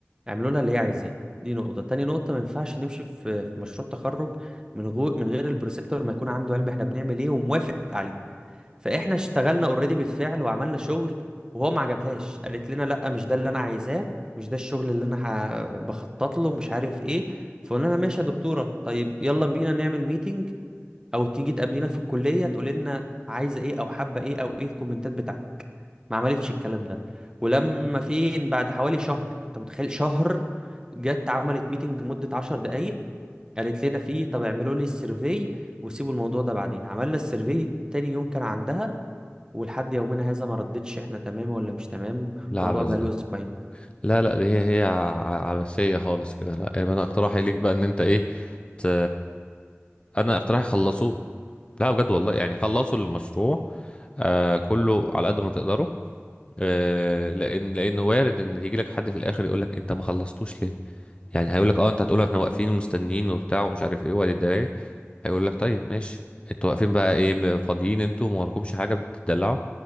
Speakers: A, on the right; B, on the left.
A: اعملوا لها اللي هي عايزاه دي نقطة تاني نقطة ما ينفعش نمشي في في مشروع تخرج من غير من غير البروسيبتور ما يكون عنده علم احنا بنعمل ايه وموافق عليه فاحنا اشتغلنا اوريدي بالفعل وعملنا شغل وهو ما عجبهاش قالت لنا لا مش ده اللي انا عايزاه مش ده الشغل اللي انا ح- بخطط له مش عارف ايه فقلنا لها ماشي يا دكتورة طيب يلا بينا نعمل ميتنج او تيجي تقابلينا في الكلية تقول لنا عايزة ايه او حابة ايه او ايه الكومنتات بتاعتك ما عملتش الكلام ده ولما فين بعد حوالي شهر انت متخيل شهر جت عملت ميتنج مدة عشر دقايق قالت لنا فيه طب اعملوا لي السيرفي وسيبوا الموضوع ده بعدين عملنا السيرفي تاني يوم كان عندها ولحد يومنا هذا ما ردتش احنا تمام ولا مش تمام
B: لا
A: الموضوع
B: عبث
A: بقى
B: ده
A: له اسبوعين
B: لا لا دي هي هي ع- عبثيه خالص كده لا يبقى انا اقتراحي ليك بقى ان انت ايه ت... انا اقتراحي خلصوه لا بجد والله يعني خلصوا المشروع آه كله على قد ما تقدروا آه، لان لانه وارد ان يجي لك حد في الاخر يقول لك انت ما خلصتوش ليه يعني هيقول لك اه انت هتقول احنا واقفين ومستنيين وبتاع ومش عارف ايه ولا الدرايه هيقول لك طيب ماشي انتوا واقفين بقى ايه م- فاضيين انتوا وما وراكمش حاجه بتدلعوا